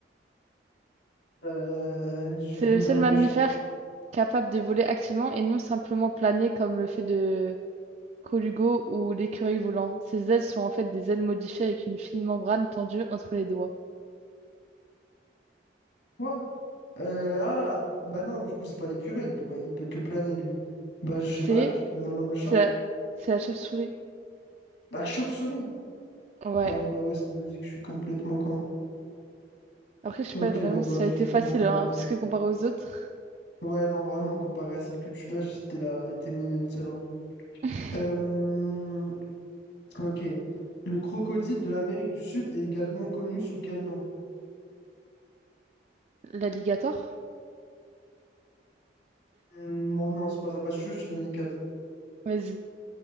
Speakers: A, on the left; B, on the right.
A: Euh, <laughs> je
B: c'est
A: donne
B: le
A: ma
B: seul
A: langue
B: mammifère
A: au chat.
B: capable de voler activement et non simplement planer comme le fait de Colugo ou l'écureuil volant. Ces ailes sont en fait des ailes modifiées avec une fine membrane tendue entre les doigts.
A: Quoi? Euh, ah, bah non, du coup, c'est pas l'écureuil. Il peut pas, il peut que planer, lui. Bah, je
B: C'est
A: sais pas, je donne ma langue au chat.
B: c'est la, c'est la chauve-souris.
A: La chauve-souris.
B: Ouais.
A: Ah ouais, bah ouais, c'est logique, je suis complètement con.
B: Après, je sais
A: Ok,
B: pas vraiment
A: ouais, bah,
B: si ça
A: je
B: a été facile,
A: mourrais moins
B: hein,
A: bête.
B: parce que comparé aux autres.
A: Ouais, non, vraiment, comparé à celle que tu lâches, c'était là, elle était mignonne, celle-là.
B: <laughs>
A: Euh, Ok. Le crocodile de l'Amérique du Sud est également connu sous quel nom?
B: L'alligator?
A: Hmm, bon, non, c'est pas ça. Bah, je, je te donne les quatre.
B: Vas-y.